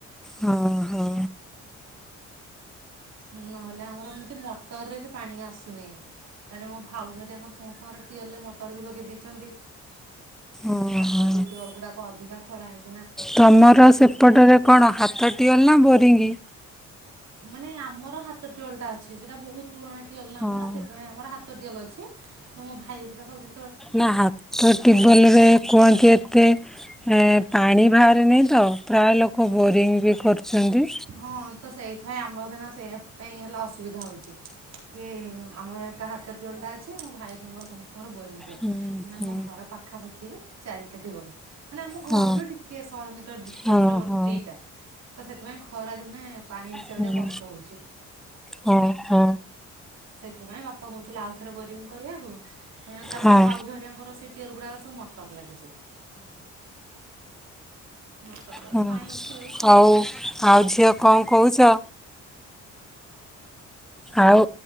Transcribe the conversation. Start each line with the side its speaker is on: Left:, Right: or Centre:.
Centre: ହଁ ହଁ।
Right: ନହେଲେ ଆମର ଏମତି ମଟରରେ ବି ପାଣି ଆସୁନେଇ ତାରେ ମୋ ଭାଉଜ ହରିଆଙ୍କର ସମସ୍ତଙ୍କର ଟିଅଲରେ ମଟର ବି ଲଗେଇ ଦେଇଚନ୍ତି।
Centre: ଓହୋ
Right: ତାଙ୍କର ବି ଟିଅଲ ଗୁଡ଼ା ଅଧିକା ଖୋଳା ହେଇ
Centre: ତମର ସେପଟରେ କଣ ହାତ ଟିଅଲ ନାଁ ବୋରିଙ୍ଗ?
Right: ନାଇଁ ଆ ମୋର ହାତ ଟିଅଲଟା ଅଛି ସେଟା ବୋହୁତ ପୁରୁଣା ଟିଅଲ ନା
Centre: ହଁ।
Right: ଆମର ସେଥିପାଇଁ ଆମର ହା ତ ଟିଅଲ ଅଛି। ତ ମୋ ଭାଇ ହେରିକା ସବୁ ଯେ
Centre: ନାଁ ହାତ ଟିବଲରେ କୁହନ୍ତି ଏତେ ଏ ପାଣି ଭାରେନେଇ ତ ପ୍ରାୟ ଲୋକ ବୋରିଂ ବି କରଚନ୍ତି।
Right: ହଁ ତ ସେଇଥିପାଇଁ ଆମର ତ ଏଇନା ସେଇଆ ପାଇଁ ହେଲା ଅସୁବିଧା ହୋଉଚି। କି ଆମର ଏକା ହାତଟ୍ୱିୱେଲ ଟା ଅଛି ମୋ ଭାଇ ଙ୍କର ସମସ୍ତ ତମର ବୋରିଂ ଟା
Centre: ହୁଁ
Right: ମାନେ
Centre: ହୁଁ
Right: ଆମ ଘର ପାଖାପାଖି ଚାରିଟା ଟିୱଲ ମାନେ ଆମ ଘରଠୁ
Centre: ହଁ
Right: ଟିକେ ଶହେ ମିଟର ଡିଷ୍ଟାନ୍ସର
Centre: ହଁ
Right: ଗୋଟେ
Centre: ହଁ
Right: ଦିଟା ତ ସେଥିପାଇଁ ଖରା ଦିନେ ପାଣି ଆସିବା
Centre: ହୁଁ
Right: କୁ ଟିକେ କଷ୍ଟ ହଉଛି। <inaudible>
Centre: ହଁ ହଁ
Right: ସେଥିପାଇଁ ବାପା କହୁଥିଲେ ଆଉଥରେ ବୋରିଂ କରିବାକୁ ତାପରେ
Centre: ହଁ
Right: ଭାଉଜହେରିଆଙ୍କର ସେ ଟିୱେଲ ଗୁଡାକ ରେ ସବୁ ମଟର ଲାଗିଛି। ମଟରରେ
Centre: ହୁଁ
Right: ପାଣି ଉଠି ଯାଉଛି
Centre: ହଉ
Right: ତାପରେ
Centre: ଆଉ ଝିଅ କଣ କହୁଛ? ଆଉ